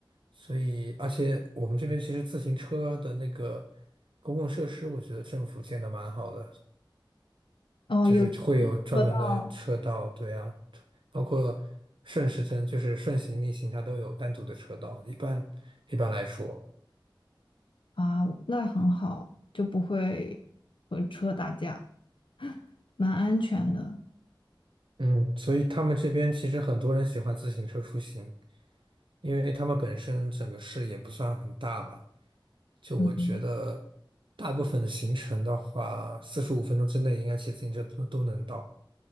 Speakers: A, on the right; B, on the left.
A: 所以，而且我们这边其实自行车的那个公共设施，我觉得政府建的蛮好的，
B: 哦，
A: 就是会有专门的车道，
B: 有车道
A: 对啊，包括顺时针，就是顺行、逆行，它都有单独的车道。一般一般来说，
B: 啊，那很好，就不会和车打架，蛮安全的。
A: 嗯，所以他们这边其实很多人喜欢自行车出行，因为他们本身整个市也不算很大吧，就我觉得大部分的行程的话，
B: 嗯
A: 四十五分钟之内应该骑自行车都都能到。